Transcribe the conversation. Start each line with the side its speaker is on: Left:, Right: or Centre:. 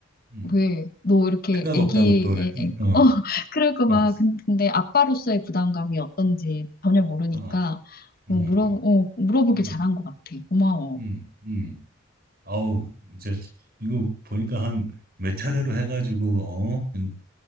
Right: 음.
Left: 왜, 너 이렇게
Right: 생각
Left: 애기의,
Right: 없다고 또,
Left: 애-
Right: 어,
Left: 어, <laughs> 그럴까 봐.
Right: 어,
Left: 근- 근데 아빠로서의 부담감이 어떤지 전혀 모르니까,
Right: 어, 어, 음,
Left: 어, 물어, 어, 물어보길
Right: 음,
Left: 잘한 것 같아. 고마워.
Right: 음, 음. 아우, 이제 이거 보니까 한 몇 차례로 해가지고, 어, 음,